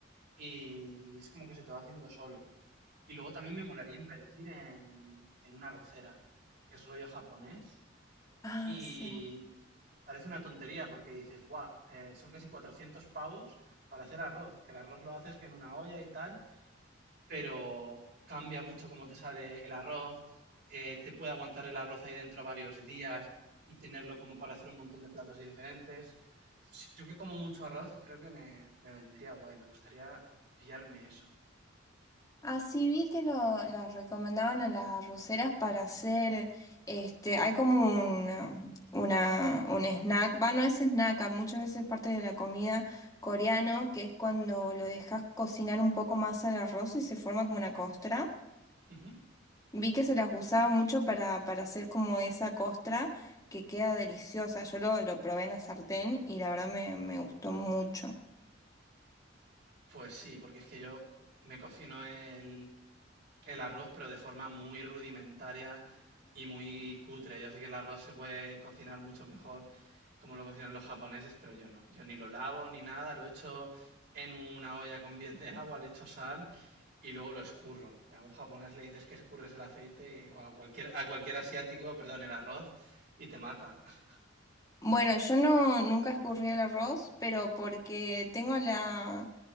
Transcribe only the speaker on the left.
Ah,
sí.
Así vi que lo, las recomendaban a las arroceras para hacer, este, hay como un, una, un snack, va, no es snack, a muchas veces parte de la comida coreano, que es cuando lo dejas cocinar un poco más al arroz y se forma como una costra.
Vi que se las usaba mucho para, para hacer como esa costra que queda deliciosa. Yo lo, lo probé en la sartén y la verdad me, me gustó mucho.
Bueno, yo no nunca escurrí el arroz, pero porque tengo la,